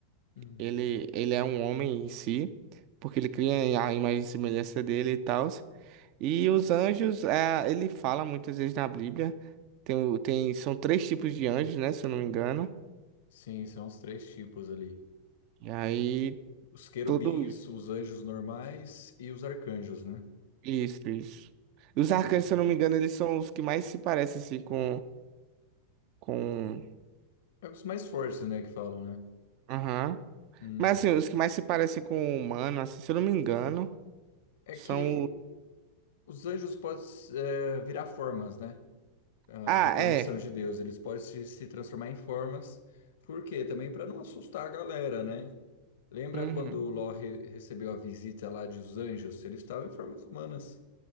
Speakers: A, on the left; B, on the right.
A: Uhum.
B: Ele, ele é um homem em si, porque ele cria a imagem e semelhança dele e tal. E os anjos, ah, ele fala muitas vezes na Bíblia, tem, o- tem, são três tipos de anjos, né, se eu não me engano.
A: Sim, são os três tipos ali.
B: E aí,
A: Os querubins,
B: tudo isso.
A: os anjos normais e os arcanjos, né?
B: Isso, isso. E Os
A: Uhum.
B: arcanjos, se eu não me engano, eles são os que mais se parecem, assim, com... com...
A: É os mais fortes, né, que falam, né?
B: Aham.
A: Uhum.
B: Mas, assim, os que mais se parecem com o humano, assim, se eu não me engano,
A: É
B: são...
A: que
B: o-
A: os anjos podem eh, virar formas, né? Ah,
B: Ah,
A: com a permissão
B: é.
A: de Deus, eles podem se, se transformar em formas. Por quê? Também para não assustar a galera, né? Lembra
B: Uhum.
A: quando o Ló re- recebeu a visita lá dos anjos? Eles estavam em formas humanas.